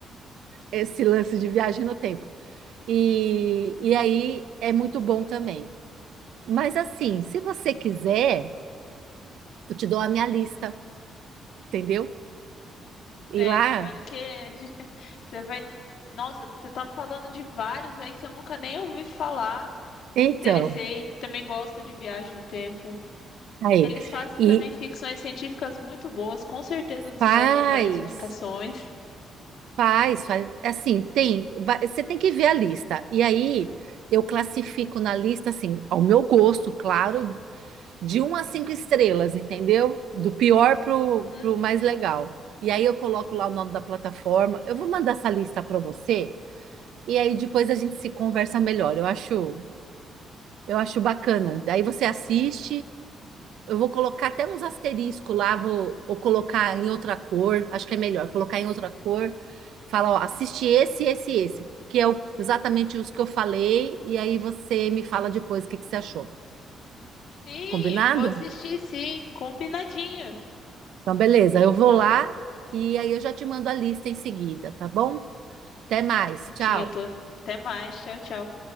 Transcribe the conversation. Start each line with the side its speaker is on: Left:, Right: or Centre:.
Right: Esse lance de viagem no tempo. E, e aí é muito bom também. Mas assim, se você quiser, eu te dou a minha lista, entendeu? E
Left: É,
Right: lá,
Left: tô vendo que Você vai. Nossa, você tá falando de vários aí que eu nunca nem ouvi falar.
Right: então,
Left: Me interessei. Também gosto de viagem no tempo.
Right: aí.
Left: Eles fazem
Right: E
Left: também ficções científicas muito boas. Com certeza você
Right: faz,
Left: deve ter várias indicações.
Right: faz, faz. Assim, tem, vai- você tem que ver a lista. E aí eu classifico na lista, assim, ao meu gosto, claro, de um a cinco estrelas, entendeu? Do pior pro,
Left: Uhum.
Right: pro mais legal. E aí eu coloco lá o nome da plataforma. Eu vou mandar essa lista para você e aí depois a gente se conversa melhor. Eu acho, eu acho bacana. Daí você assiste. Eu vou colocar até uns asteriscos lá, vou, vou colocar em outra cor. Acho que é melhor colocar em outra cor. Fala, ó, assiste esse, esse, esse, que é o- exatamente os que eu falei. E aí você me fala depois o que que você achou.
Left: Sim,
Right: Combinado?
Left: vou assistir sim. Combinadinho.
Right: Então, beleza, eu vou
Left: Então,
Right: lá e aí eu já te mando a lista em seguida, tá bom? Até mais,
Left: certinho,
Right: tchau.
Left: tô. Até mais. Tchau, tchau.